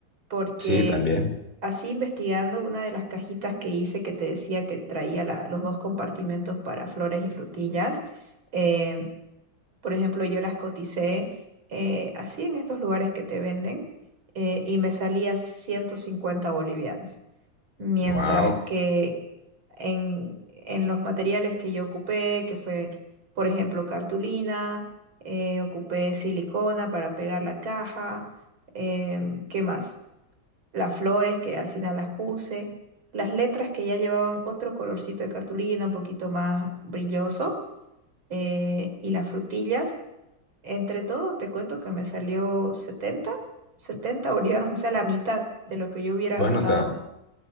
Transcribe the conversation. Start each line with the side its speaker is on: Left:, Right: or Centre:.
Right: porque
Left: Sí, también.
Right: así investigando una de las cajitas que hice que te decía que traía la- los dos compartimentos para flores y frutillas, eh, por ejemplo, yo las coticé eh, así en estos lugares que te venden eh, y me salía 150 bolivianos. Mientras
Left: Wow.
Right: que en, en los materiales que yo ocupé, que fue, por ejemplo, cartulina, eh, ocupé silicona para pegar la caja, em, ¿qué más? Las flores que al final las puse, las letras que ya llevaban otro colorcito de cartulina, un poquito más brilloso, eh, y las frutillas. Entre todo, te cuento que me salió setenta setenta bolivianos, o sea, la mitad de lo que yo hubiera
Left: Bueno,
Right: gastado.
Left: te,